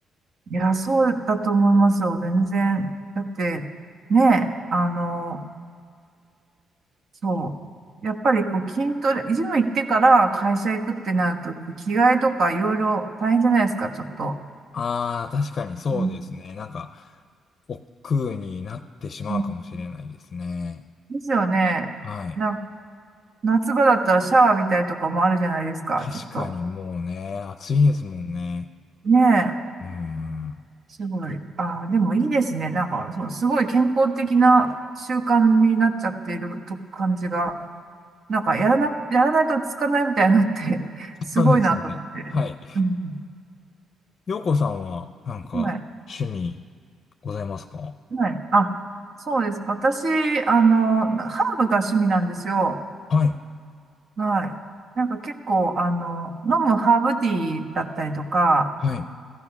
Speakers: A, on the right; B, on the left.
A: いや、そうだと思いますよ。全然。だって、ね、あの、そう。やっぱりこう筋トレ、ジム行ってから会社行くってなると、着替えとかいろいろ大変じゃないですか、ちょっと。
B: ああ、確かにそうですね。
A: うん
B: なんか、億劫になってしまうかもしれないですね。
A: うんですよね。
B: はい。
A: な、夏場だったらシャワー浴びたりとかもあるじゃないですか、
B: 確かにもうね、
A: ちょっと。
B: 暑いですもんね。
A: ねえ、
B: うーん。
A: すごい。ああ、でもいいですね。なんか、そう、すごい健康的な習慣になっちゃっていると感じが、なんか、やらな、やらないと落ち着かないみたいなのって <laughs> すごいなと思って。
B: そうですね。はい。
A: うん。
B: 洋子さんは、なんか、
A: はい。
B: 趣味、ございますか
A: はい。あ、そうです。私、あの、ハーブが趣味なんですよ。
B: はい。
A: はい。なんか結構、あの、飲むハーブティーだったりとか、
B: はい。